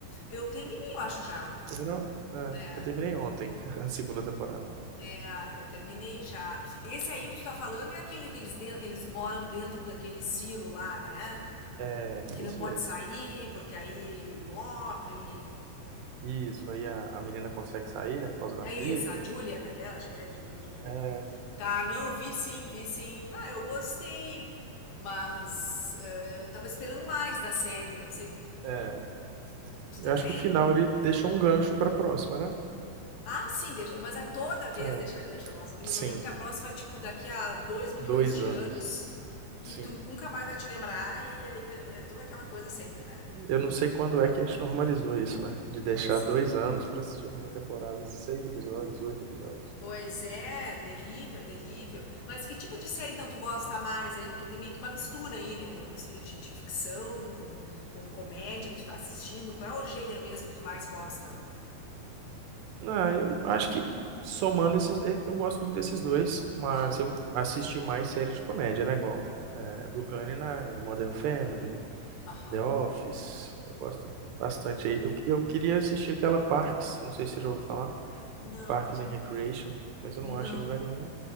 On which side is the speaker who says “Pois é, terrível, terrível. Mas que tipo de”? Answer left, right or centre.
Left